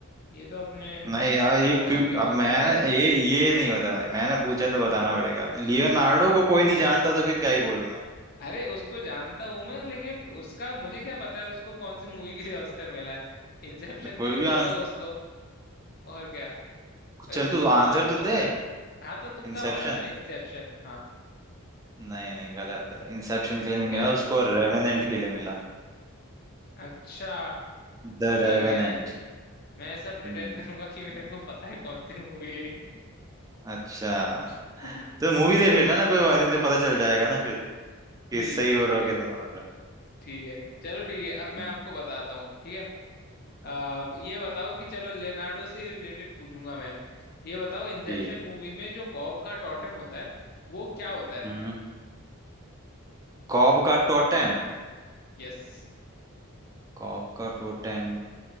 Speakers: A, on the left; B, on the right.
A: ये तो अपने हम्म,
B: नहीं यार
A: बाहर
B: ये
A: गांव
B: क्यों
A: की बात
B: अब मैं
A: है
B: ना ये ये नहीं बता भाई मैंने पूछा तो
A: ये
B: बताना पड़ेगा अब लियोनार्डो को कोई
A: <laughs>
B: नहीं जानता तो फिर क्या ही बोलूं मैं
A: अरे उसको जानता हूं मैं लेकिन उसका मुझे क्या पता है उसको कौन सी मूवी के लिए ऑस्कर मिला है इंसेप्शन
B: तो कोई
A: के लिए
B: भी
A: मिला
B: आंसर
A: होगा उसको और क्या मैं
B: चल
A: तो
B: तू
A: तुक्का
B: आंसर
A: मार रहा
B: तो
A: हूँ
B: दे
A: हाँ तो तुक्का
B: इंसेप्शन
A: मारा मैंने इंसेप्शन हाँ
B: नहीं नहीं गलत है इंसेप्शन के लिए
A: तो
B: नहीं
A: क्या
B: मिला
A: है
B: उसको रेवेनेंट के लिए मिला
A: अच्छा
B: The
A: ठीक
B: revenant
A: है मैं ऐसा प्रिटेंड
B: हम्म
A: करूंगा कि मेरे को पता है कौन सी मूवी है
B: अच्छा
A: <laughs>
B: तो मूवी देख लेना ना कोई बात नहीं तो पता चल जाएगा ना फिर कि
A: ठीक
B: सही
A: है
B: बोल
A: ठीक
B: रहा हो कि
A: है
B: नहीं बोल
A: ठीक है चलो ठीक है अब मैं
B: रहा
A: आपको बताता हूँ ठीक है आ, ये बताओ कि चलो लेनार्डो से रिलेटेड पूछूंगा मैं ये बताओ इंसेप्शन
B: कि
A: मूवी में जो कॉब का टॉटेम होता है वो क्या होता है
B: हम्म कॉब का टोटेम
A: यस
B: कॉब का टोटेम